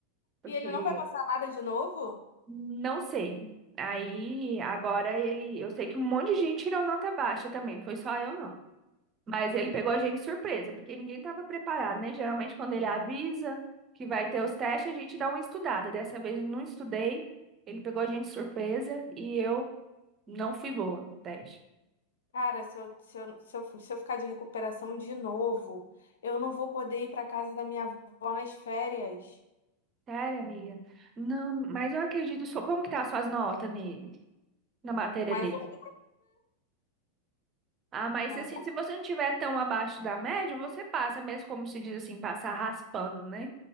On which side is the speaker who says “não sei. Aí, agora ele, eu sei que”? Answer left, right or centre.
Right